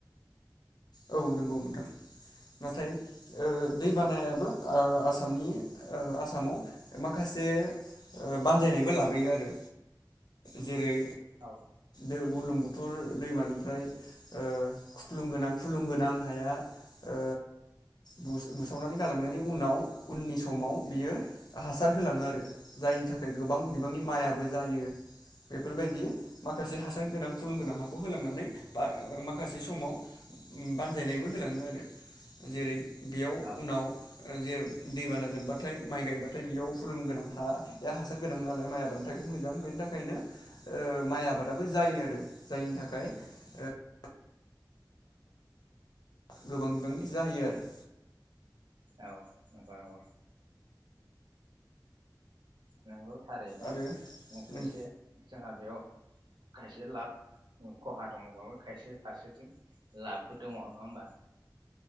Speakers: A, on the left; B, on the right.
A: औ नंगौ नोंथां नाथाय ओ दै बानायाबो ओ आसामनि ओ आसामाव माखासे बानजायनायबो लाबोयो आरो जेरै
B: औ।
A: बुलुं बुथुर दैमानिफ्राय ओ खुख्लुं गोनां फुलुंगोनां हाया ओ बुस-बुसावनानै गालांनायनि उनाव उननि समाव बियो हासार होलाङो आरो जायनि थाखाय गोबां बिबांनि
B: नंगौ
A: माइआबो जायो। बेफोरबायदि माखासे हासार
B: औ
A: गोनां फुलुंगोनां हा। खौ होलांनानै बा माखासे समाव बानजायनायबो होलाङो आरो जेरै बेयाव
B: औ
A: उनाव जे दैबाना जोब्बाथाय माइ गायबाथाय बेयाव फुलुं गोनां हा हासार गोनां नालाय माइ आबादनि थाखाय मोजां बेनि थाखायनो ओह माइ आबादाबो जायो आरो जायनि थाखाय ओह गोबां बिबांनि जाहैयो आरो।
B: औ नंगौ नंगौ। नोंगौ। थारैनो
A: आरो
B: ओ खायसे
A: नों
B: जोंहा बेयाव खायसे लाब खहा दङबाबो खायसे फारसेथिं लाबबो दङ नङा ओमबा